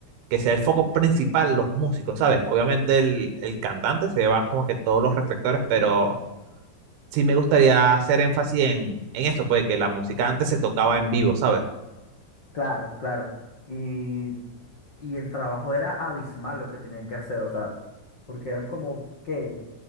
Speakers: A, on the right; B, on the left.
A: que sea el foco principal
B: Y-
A: los músicos, ¿sabes? Obviamente el, el cantante se va como que todos los reflectores, pero sí me gustaría hacer énfasis en, en eso, pues que la música antes se tocaba en vivo, ¿sabes?
B: Claro, claro. Y, y el trabajo era abismal lo que tenían que hacer, o sea, porque eran como, ¿qué?